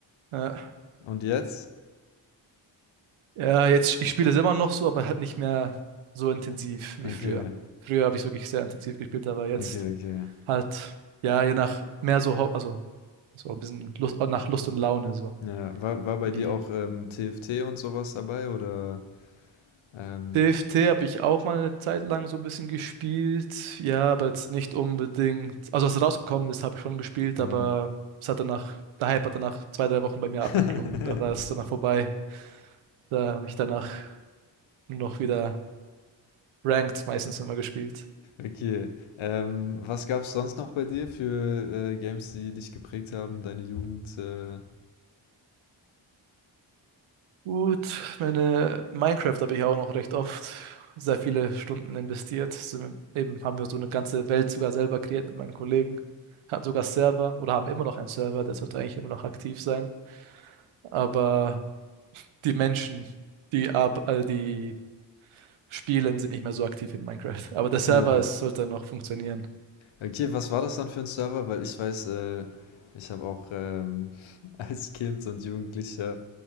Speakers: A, on the right; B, on the left.
A: Ja,
B: Und jetzt?
A: ja, jetzt, ich spiele es immer noch so, aber halt nicht mehr so intensiv wie
B: Okay,
A: früher. Früher habe ich wirklich sehr intensiv gespielt, aber jetzt
B: okay, okay.
A: halt, ja, je nach mehr so, hau- also so ein bisschen Lust, nach Lust und Laune, so
B: Ja, war, war bei
A: wie.
B: dir auch ähm, TFT und sowas dabei oder? Ähm,
A: TFT habe ich auch mal eine Zeit lang so ein bisschen gespielt. Ja, aber jetzt nicht unbedingt. Also als es rausgekommen ist, habe ich schon gespielt,
B: ah.
A: aber es hat danach, der Hype hat danach zwei, drei Wochen bei mir abgeklungen.
B: <laughs>
A: Da war es danach vorbei. Da habe ich danach nur noch wieder Ranked meistens immer gespielt.
B: Okay. Ähm, was gab es sonst noch bei dir für äh, Games, die dich geprägt haben, deine Jugend? Äh,
A: Gut, meine Minecraft habe ich auch noch recht oft sehr viele Stunden investiert. Sind, eben haben wir so eine ganze Welt sogar selber kreiert mit meinen Kollegen. Hat sogar Server oder haben immer noch einen Server, der sollte eigentlich immer noch aktiv sein. Aber die Menschen, die, ab, äh, die spielen, sind nicht mehr so aktiv in Minecraft. Aber der Server,
B: äh.
A: es sollte noch funktionieren.
B: Okay, was war das dann für ein Server? Weil ich weiß, äh, ich habe auch ähm, <laughs> als Kind und Jugendlicher